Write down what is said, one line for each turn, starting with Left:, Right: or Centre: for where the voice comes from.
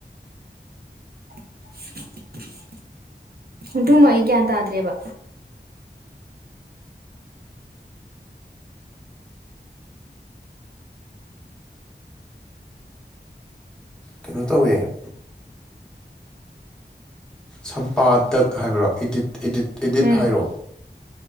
Right: <unintelligible> ꯑꯗꯨꯃ ꯑꯩ ꯒ꯭ꯌꯥꯟ ꯇꯥꯗ꯭ꯔꯦꯕ
Centre: ꯀꯩꯅꯣ ꯇꯧꯋꯦ ꯁꯝꯄꯥꯗꯛ ꯍꯥꯏꯕꯔꯥ ꯏꯗꯤꯠ ꯏꯠ ꯏꯗꯤꯠ
Right: ꯎꯝ
Centre: ꯍꯥꯏꯔꯣ